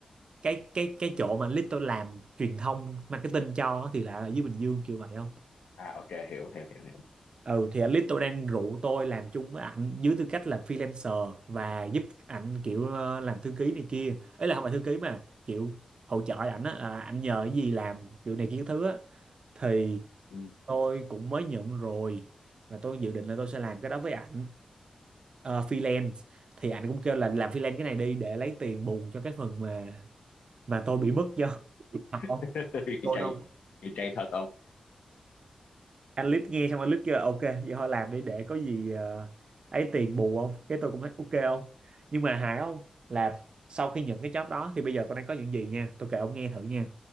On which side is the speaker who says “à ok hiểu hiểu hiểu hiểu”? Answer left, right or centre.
Left